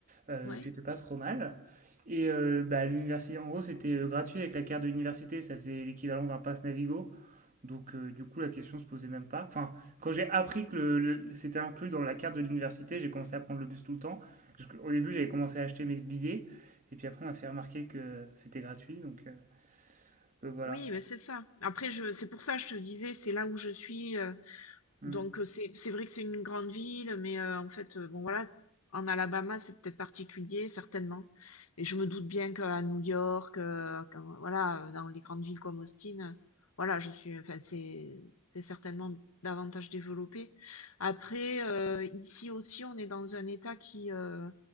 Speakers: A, on the right; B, on the left.
A: heu,
B: ouais.
A: qui était pas trop mal et heu, bah, l'université en gros, c'était, heu, gratuit avec la carte de l'université, ça faisait l'équivalent d'un pass Navigo donc heu, du coup, la question se posait même pas. Enfin, quand j'ai appris que le le c'était inclus dans la carte de l'université, j'ai commencé à prendre le bus tout le temps. Parce qu'au début, j'avais commencé à acheter mes billets et puis après, on m'a fait remarquer que c'était gratuit donc heu, donc voilà.
B: Oui, mais c'est ça. Après je c'est pour ça, que je te disais, c'est là où je suis, heu
A: Mmh.
B: Donc heu, c'est c'est vrai que c'est une grande ville, mais heu, en fait, heu, bon voilà, en Alabama, c'est peut-être particulier, certainement et je me doute bien qu'à New York, heu, quand voilà, heu, dans les grandes villes comme Austin, heu, voilà, je suis enfin, c'est c'est certainement davantage développé. Après, heu, ici aussi, on est dans un État qui, heu,